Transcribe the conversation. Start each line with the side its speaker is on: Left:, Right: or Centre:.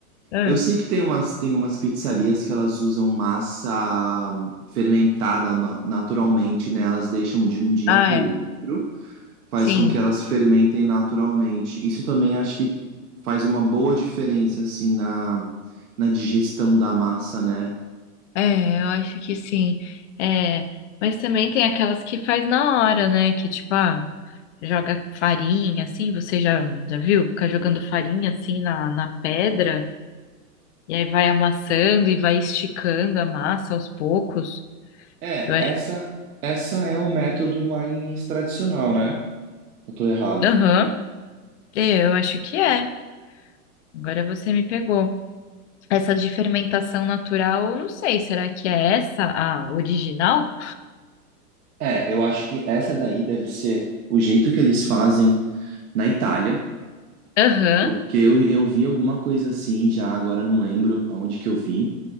Left: Ah,
Right: eu sei que tem umas tem umas pizzarias que elas usam massa fermentada na- naturalmente, né? Elas deixam de um dia
Left: ah,
Right: para o
Left: é.
Right: outro. faz
Left: Sim.
Right: com que elas fermentem naturalmente. Isso também acho que faz uma boa diferença, assim, na, na digestão da massa, né?
Left: É, eu acho que sim. É, mas também tem aquelas que faz na hora, né? Que tipo, ah, joga farinha assim. Você já, já viu? Ficar jogando farinha assim na, na pedra. E aí vai amassando e vai esticando a massa aos poucos.
Right: É,
Left: Eu acho.
Right: essa, essa é o método mais tradicional, né? Não tô errado.
Left: Aham. É, eu acho que é. Agora você me pegou. Essa de fermentação natural, eu não sei, será que é essa a original?
Right: É, eu acho que essa daí deve ser o jeito que eles fazem na Itália,
Left: Aham,
Right: porque eu, eu vi alguma coisa assim já, agora não lembro aonde que eu vi.